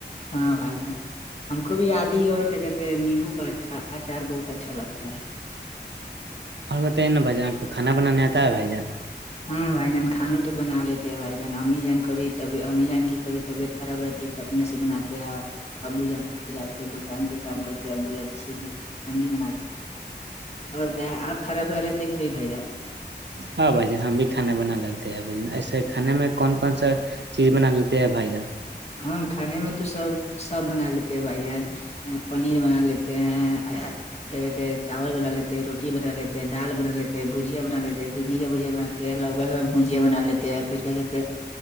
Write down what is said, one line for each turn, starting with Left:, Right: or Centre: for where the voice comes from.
Left: ہاں بھائی جان ہم کو بھی یاد ہی اور کیا کہتے نمبو کا اچھا اچار بہت اچھا لگتا ہے
Right: اور بتائیے نا بھ جن آ کو کانا بنانے آتا ہے بھائی جان
Left: ہاں بھائی جان کھانا تو بنا لیتے ہیں بھائی جان امی جان کبب امی جان کی کبھی طبیعت خراب رہتی اپنے سے بناتے ہیں ابو جان کو کھلاتے ہیں دکان پہ کام کرتے ہیں ابو جان اسی لیے ہم بھی بناتے ہیں اور بتاے آپ خراب رہے تو کے لیے بھیھ جات
Right: ہاں بھائی جن ہم بھی کھانا بنا لیتے ہیں بھائی جن ایسے کھانے میں کون کون سا چیز بنا لیتے ہیں بھائی جان
Left: ہم کھانے میں تو سب سب بنا لیتے ہیں بھائی جان پنیر بنا لیتے ہیں کیا کہتے ہیں چاول بنا لیتے ہیں روٹی بنا لیتے دال بنا لیتے بھجیا بنا لیتے بڈی کاھجیا بنااتے لوکا کا بھجیا بنا لیتے پھر کیا کہتے